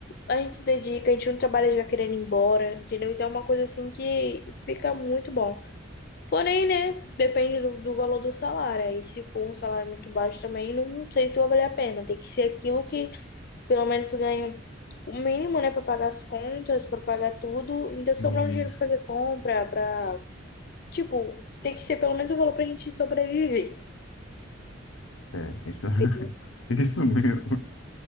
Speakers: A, on the left; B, on the left.
A: A gente se dedica, a gente não trabalha já querendo ir embora, entendeu? Então é uma coisa assim que fica muito bom. Porém, né? Depende do, do valor do salário. Aí se for um salário muito baixo também, não sei se vai valer a pena. Tem que ser aquilo que pelo menos ganho o mínimo, né, para pagar as contas, para pagar tudo, ainda sobrar
B: e
A: um dinheiro para fazer compra, para, tipo, tem que ser pelo menos o valor pra gente sobreviver.
B: é isso, <laughs>
A: Entendeu?
B: isso mesmo.